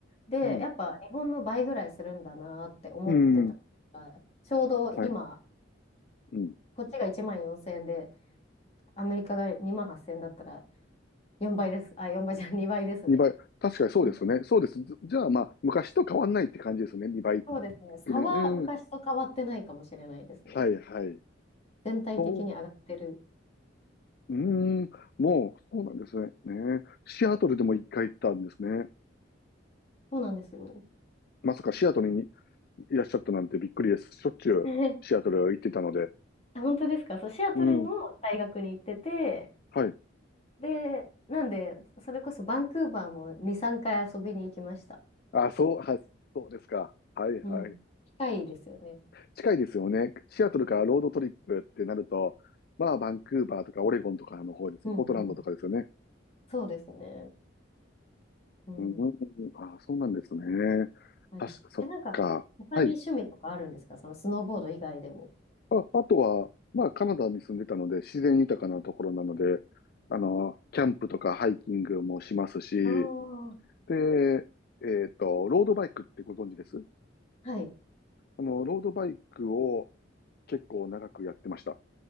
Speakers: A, on the left; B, on the left.
A: で、
B: うん。
A: やっぱ日本の倍ぐらいするんだなって思ってたか
B: うん。
A: ら。ちょうど今、
B: はい。うん。
A: こっちが1 4000円で、アメリカが2 8000円だったら、4倍です。あ、4倍じゃん、<laughs> 2倍ですね。
B: 2倍。確かにそうですね。
A: うん
B: そうです。じじゃあまあ、昔と変わんないって感じですね。2倍。
A: そうですね。差は昔と変わってないかもしれないですね。
B: うん。うんはいはい。
A: 全体的に上がってる。
B: そううーん、もう、そうなんですね。ね。シアトルでも一回行ったんですね。
A: そうなんですよ。
B: まさかシアトルにいらっしゃったなんてびっくりです。しょっちゅうシアトル行ってたので。
A: <laughs> あ本当ですかそう、シアトルの大学に行ってて、
B: うん。はい。
A: で、なんで、それこそバンクーバーも2、3回遊びに行きました。
B: あ、そう、は、そうですか。はいはい。
A: うん。近いですよね。
B: 近いですよね。シアトルからロードトリップってなると、まあ、バンクーバーとかオレゴンとかの方ですよ。
A: うんうん。
B: ポートランドとかですよね。
A: そうですね。うん。
B: うん、あ、そうなんですね。
A: はい。
B: あ、そっか。
A: え、なんか、他に趣味とかあるんですかそのスノーボード以外でも。
B: はい。あ、あとは、まあ、カナダに住んでたので、自然豊かなところなので、あの、キャンプとかハイキングもしますし、
A: ああ。
B: で、えっと、ロードバイクってご存知です
A: はい。
B: あの、ロードバイクを結構長くやってました。